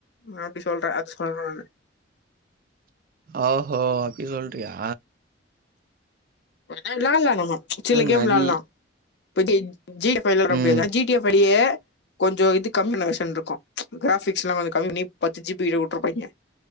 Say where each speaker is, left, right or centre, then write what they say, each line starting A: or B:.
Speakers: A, on the left (about 60°); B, on the right (about 45°).
A: நா அப்டி சொல்ற அது சொல்ற நானு
B: ஓஹோ அப்டி சொல்றியா?
A: ஆனா விளாட்லா நம்ம சில
B: ம்
A: கேம்
B: நரி
A: விளாட்லா இப்பதிக்கு ஜீ ஃபைவ்லா வெளையாட
B: ம்
A: முடியாது ஆனா ஜீ டி எஃப் லியே கொஞ்சோ இது கம்மியான வர்ஷன் இருக்கு கிராபிக்ஸ் எல்லா கொஞ்சோ கம்மி பண்ணி பத்து ஜிபி கிட்ட வுட்ருப்பாங்க